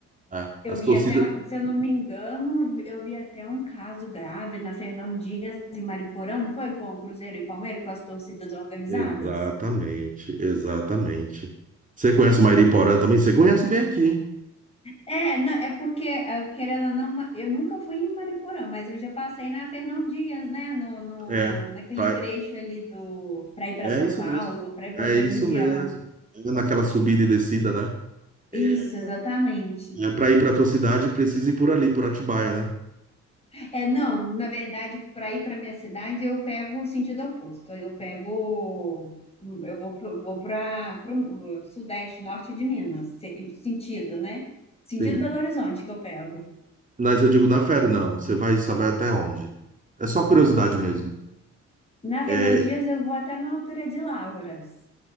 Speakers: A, on the right; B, on the left.
A: É,
B: Eu
A: as
B: vi
A: torcidas.
B: até, se eu não me engano, eu vi até um caso grave na Fernão Dias e Mariporã, não foi? Com o Cruzeiro e Palmeiras, com as torcidas organizadas?
A: Exatamente, exatamente. Você conhece o Mairi Porã também? Você conhece bem aqui,
B: É, não, é porque, ah, querendo ou não, ma- eu nunca fui em Mariporã, mas eu já passei na Fernão Dias, né? No, no,
A: É,
B: naquele
A: pai,
B: trecho ali do, para ir para
A: é
B: São
A: isso
B: Paulo
A: mesmo.
B: ou para ir para
A: É
B: outra
A: isso
B: região.
A: mesmo. É naquela subida e descida, né? É,
B: Isso, exatamente.
A: é para ir para tua cidade, precisa ir por ali, por Atibaia, né?
B: É, não, na verdade, para ir para minha cidade, eu pego o sentido oposto. Aí Eu pego, eu vou pro, vou para o sudeste, norte de Minas, se- sentido, né? Sentido
A: Sim.
B: Belo Horizonte que eu pego.
A: Mas eu digo, na fera, não. Você vai, só vai até onde? É só curiosidade mesmo.
B: Na Fernão
A: É,
B: Dias, eu vou até na altura de Lavras.